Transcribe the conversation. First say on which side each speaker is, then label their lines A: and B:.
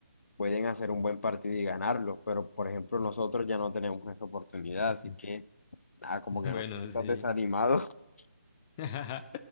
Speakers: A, on the left (about 75°); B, on the left (about 15°).
A: pueden hacer un buen partido y ganarlo, pero por ejemplo nosotros ya no tenemos esa oportunidad,
B: <laughs>
A: así que nada, como
B: Bueno,
A: que no te estás
B: sí.
A: desanimado. <laughs>
B: <laughs>